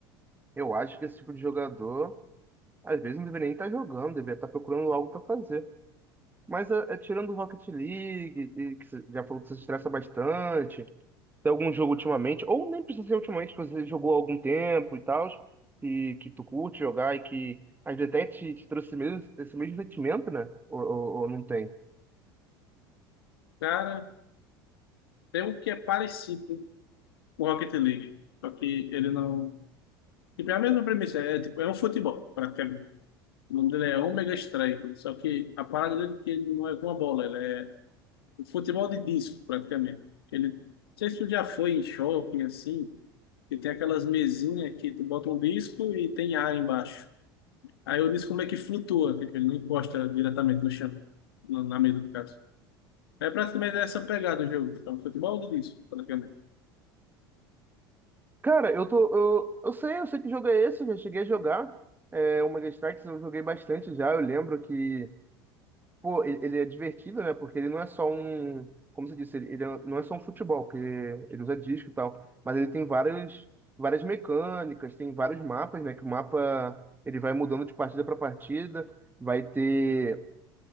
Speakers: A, on the right; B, on the left.
A: eu acho que esse tipo de jogador, às vezes, não deveria nem estar jogando, deveria estar procurando algo para fazer. Mas é, é, tirando o Rocket League, e que você já falou que você se estressa bastante, tem algum jogo ultimamente, ou nem precisa ser ultimamente, que você jogou há algum tempo e tal, que, que tu curte jogar e que às vezes até te, te trouxe esse mesmo, esse mesmo sentimento, né? Ou, ou, ou não tem?
B: Cara, tem um que é parecido com o Rocket League, só que ele não. Tipo, é a mesma premissa, é, tipo, é um futebol, praticamente. O nome dele é Omega Strike, só que a parada dele é que ele não é com a bola, ele é um futebol de disco, praticamente. Ele, não sei se tu já foi em shopping assim, e tem aquelas mesinhas que tu bota um disco e tem ar embaixo. Aí eu disse como é que flutua, que ele não encosta diretamente no chão, na na mesa do caso. É praticamente essa pegada o jogo. Então, futebol de disso, praticamente.
A: Cara, eu tô. Eu, eu sei, eu sei que jogo é esse, já cheguei a jogar. É, o Mega Strikes eu joguei bastante já. Eu lembro que, pô, ele, ele é divertido, né? Porque ele não é só um. Como você disse, ele, ele é- não é só um futebol, que ele usa disco e tal. Mas ele tem várias, várias mecânicas, tem vários mapas, né? Que o mapa ele vai mudando de partida para partida. Vai ter.